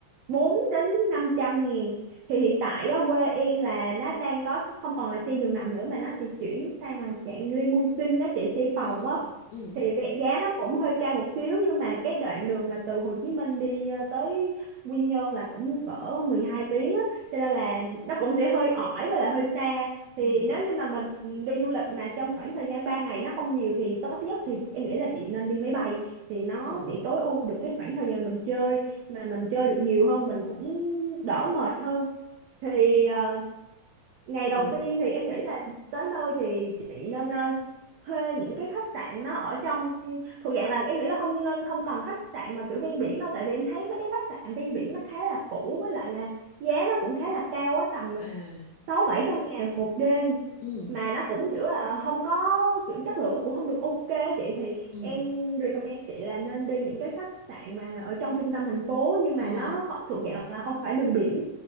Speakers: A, on the right; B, on the left.
A: 4 đến 500 nghìn thì hiện tại á, quê em là nó đang có không còn là xe giường nằm nữa mà nó sẽ chuyển sang là dạng limousine đó chị xe phòng
B: ừ
A: á
B: ừ
A: thì về- giá nó cũng hơi cao một xíu nhưng mà cái đoạn đường mà từ Hồ Chí Minh đi ờ, tới Quy Nhơn là cũng cỡ 12 tiếng á cho nên là nó cũng sẽ hơi ỏi và là hơi xa thì
B: ừ
A: nếu như mà mình đi du lịch mà trong khoảng thời gian 3 ngày nó không nhiều thì tốt nhất thì em nghĩ là chị nên đi máy bay thì nó
B: ờ
A: sẽ tối ưu được cái khoảng thời gian mình chơi mà mình chơi được nhiều hơn mình cũng đỡ mệt hơn thì ờ, ngày
B: ờ
A: đầu tiên thì em nghĩ là tới nơi thì chị nên ờ, thuê những cái khách sạn nó ở trong thuộc dạng là em nghĩ là không nên không cần khách sạn mà kiểu ven biển đâu tại vì em thấy mấy cái khách sạn ven biển nó khá là cũ với lại là giá nó cũng khá là cao á tầm
B: à
A: sáu bảy trăm ngàn một đêm
B: ừ
A: mà nó cũng kiểu là không có kiểu chất lượng nó cũng không được ok á chị thì
B: ừ
A: em recommend chị là nên đi những cái khách sạn mà ở trong trung tâm thành phố nhưng mà
B: ờ
A: nó kho- thuộc dạng là không phải đường biển